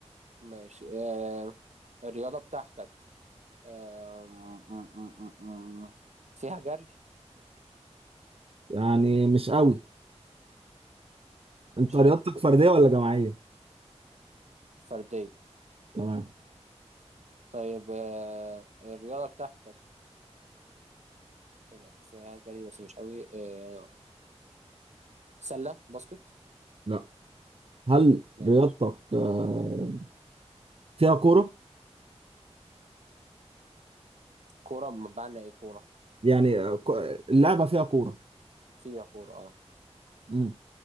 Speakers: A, on the right (about 80°); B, on the right (about 55°).
A: ماشي آه الرياضة بتاعتك آه م- م- م- م- فيها جري
B: يعني مش قوي
A: مش
B: انت رياضتك
A: قوي
B: فردية ولا جماعية؟
A: فردية
B: تمام
A: طيب آه الرياضة بتاعتك ايه ده فيها جري بس مش قوي آه سلة باسكت
B: لا هل
A: ماشي
B: رياضتك آه، فيها كورة؟
A: كورة بمعنى ايه كورة
B: يعني آه، ك- اللعبة فيها كورة
A: فيها كورة اه
B: مم.